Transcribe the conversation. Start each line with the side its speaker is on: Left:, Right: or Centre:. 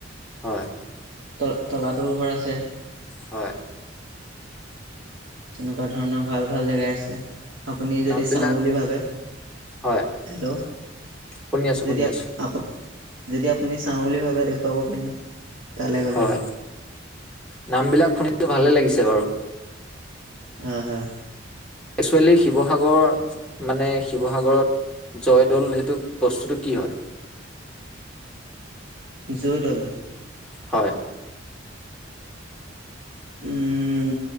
Centre: হয়
Right: তল তলাতল ঘৰ আছে।
Centre: হয়।
Right: তেনেকুৱা ধৰণৰ ভাল ভাল জেগাই আছে। আপুনি যদি
Centre: নামবিলাক
Right: চাওঁ বুলি ভাবে,
Centre: হয়
Right: হেল্ল',
Centre: শুনি আছো
Right: যদি
Centre: শুনি
Right: আপ
Centre: আছো
Right: আপুনি, যদি আপুনি চাওঁ বুলি ভাবে দেখুৱাব পাৰিম। তালৈ গ'লে
Centre: হয়, নাম বিলাক শুনিলো ভালে লাগিছে বাৰু।
Right: হা হা।
Centre: একচুৱেলি শিৱসাগৰ মানে শিৱসাগৰত জয়দল সেইটো বস্তুটো কি হয়?
Right: জয়দ'ল
Centre: হয়।
Right: উম